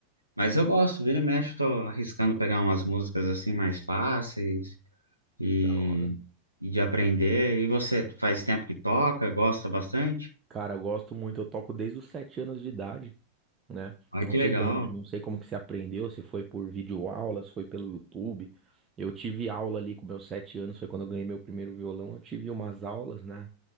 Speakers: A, on the right; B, on the right.
A: Mas eu gosto, vira e mexe, eu tô arriscando pegar umas músicas assim mais fáceis e,
B: da hora.
A: e de aprender. E você faz tempo que toca, gosta bastante?
B: Cara, eu gosto muito, eu toco desde os sete anos de idade, né?
A: Olha
B: Não
A: que
B: sei
A: legal.
B: como, não sei como que você aprendeu, se foi por videoaula, se foi pelo YouTube. Eu tive aula ali com meus sete anos, foi quando eu ganhei meu primeiro violão. Eu tive umas aulas, né?